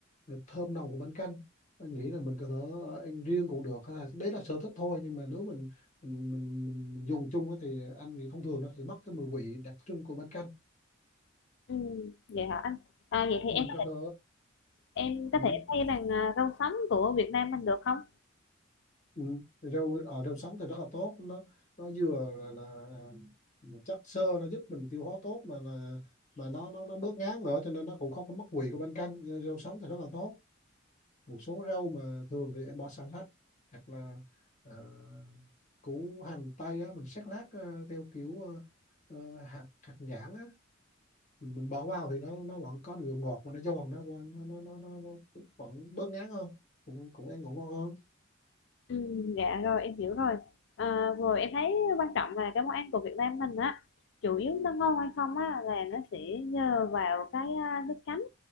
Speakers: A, on the left; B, on the left.
A: ờ, thơm nồng của bánh canh anh nghĩ là mình có thể ờ, ăn riêng cũng được hay là đấy là sở thích thôi nhưng mà nếu mình mình mình, mình, mình dùng chung á thì anh nghĩ thông thường nó sẽ mất cái mùi vị đặc trưng của bánh canh
B: ừ vậy hả anh à, vậy thì
A: mình
B: em
A: có thể
B: em
A: ừ,
B: có thể thay bằng à, rau sống của Việt Nam mình được không
A: Ừ. Thì rau ở rau sống thì rất là tốt nó nó vừa là, là chất xơ nó giúp mình tiêu hóa tốt mà là mà nó nó nó bớt ngán nữa cho nên nó cũng không có mất vị của bánh canh Ờ, rau sống thì rất là tốt một số rau mà thường thì em bỏ salad hoặc là ờ, củ hành tây á mình sắc lát ờ, theo kiểu ờ, ờ, hạt hạt nhãn á mình, mình bỏ vào thì nó nó vẫn có độ ngọt mà nó giòn nó nó nó nó, nó, nó vẫn bớt ngán hơn cũng cũng ăn cũng ngon hơn
B: Ừ, dạ rồi em hiểu rồi à, rồi em thấy quan trọng là cái món ăn của Việt Nam mình á chủ yếu nó ngon hay không á là nó sẽ nhờ vào cái à, nước chấm